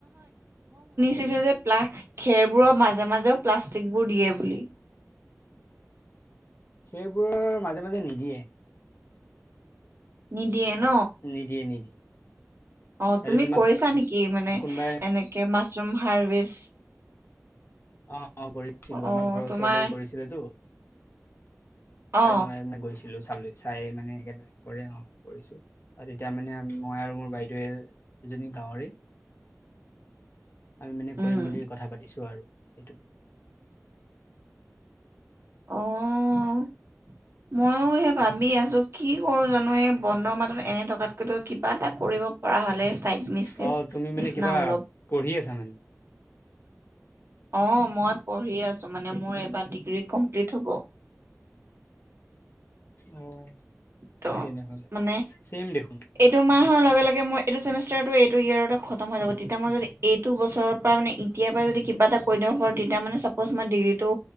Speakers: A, on the right; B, on the left.
A: সি কৈছে যে খেৰবোৰৰ মাজে মাজেও প্লাষ্টিক বোৰ দিয়ে বুলি
B: সেইবোৰৰ মাজে মাজে নিদিয়ে
A: নিদিয়ে ন
B: নিদিয়ে নিদিয়ে
A: অ
B: সেইটো
A: তুমি
B: তোমাক
A: কৰিছা নেকি মানে
B: কোনোবাই
A: এনেকে মাছৰুম হাৰ্ভিচ
B: অ অ কৰিছিলোঁ
A: অ
B: আমাৰ ঘৰৰ
A: তোমাৰ
B: ওচৰতে কৰিছিলেতো
A: অ
B: তাতে মই মানে গৈছোঁ ছিলো চাল চাই মানে এনেকে কৰে অ কৰিছো আৰু তেতিয়া মানে মই আৰু মোৰ বাইদেউৱে <unintelligible> এজনী গাঁৱৰে
A: <inaudible>
B: আমি মানে
A: উম
B: কৰিম বুলি কথা পাতিছো আৰু এইটো
A: অহ ময়ো সেই ভাবি আছো কি কৰো জানো এই বন্ধ মাহত এনে থকাতকৈতো কিবা এটা কৰিব <unintelligible> পৰা হ'লে ছাইড মিচ
B: অ তুমি
A: নিচিনা
B: মানে কিবা
A: অলপ
B: পঢ়ি আছা মানে
A: অ মই পঢ়ি আছো মানে মোৰ এইবাৰ ডিগ্ৰী কমপ্লিট হ'ব
B: অ
A: ত
B: ভালে দেছোন
A: মানে
B: চেম দেখোন
A: এইটো মাহৰ লগে লগে মই এইটো চেমিষ্টাৰটো এইটো ইয়াতে খতম হৈ যাব তেতিয়া মই যদি এইটো বছৰৰ পৰা মানে এতিয়াৰ পৰা যদি কিবা এটা কৰিদিব পাৰো তেতিয়া মানে চাপৰচ মই ডিগ্ৰীটো